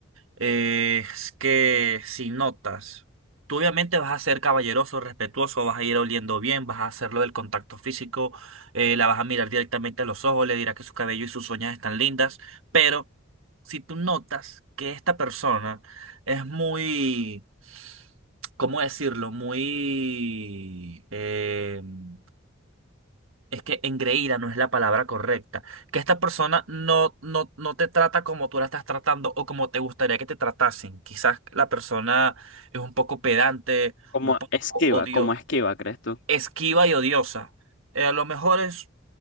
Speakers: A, on the right; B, on the left.
A: eh, es que si notas, tú obviamente vas a ser caballeroso, respetuoso, vas a ir oliendo bien, vas a hacerlo del contacto físico, eh, la vas a mirar directamente a los ojos, le dirás que su cabello y sus uñas están lindas, pero si tú notas que esta persona es muy, ¿cómo decirlo? Muy... em, es que engreída no es la palabra correcta, que esta persona no, no, no te trata como tú la estás tratando o como te gustaría que te tratasen. Quizás la persona es un poco pedante,
B: Como
A: un poco
B: esquiva,
A: odio,
B: como esquiva, ¿crees tú?
A: esquiva y odiosa. Eh, lo mejor es